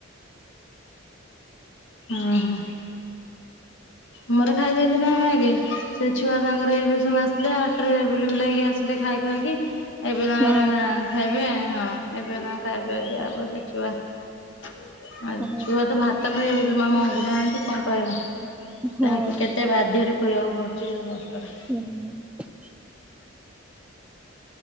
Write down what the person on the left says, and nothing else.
ଓ ହୋ। ଆମର ଖାଇଦେଇଥିଲୁ ନାଁ ଆଗେ ସେ ଛୁଆ ତାଙ୍କର ଏବେ ସବୁ ଆସିଲେ ହାଟରେ ବୁଲି ବୁଲାକି ଆସିଲେ ଖାଇ ଖୁଆଇକି ଏବେ ତାଙ୍କର
ଖାଇବେ ହଁ ଏବେ ତାଙ୍କ ଖାଇବା ପିଇବା ଦିଆ ହବ ସେ ଛୁଆ ଆଉ
ଛୁଆ ତ ଭାତ ଖାଇବାକୁ ଜମା ମଙ୍ଗୁ ନାହାନ୍ତି କଣ କହିବ।
ତାଙ୍କୁ କେତେ ବାଧ୍ୟରେ ଖୋଇବାକୁ ପଡୁଛି କଷ୍ଟରେ।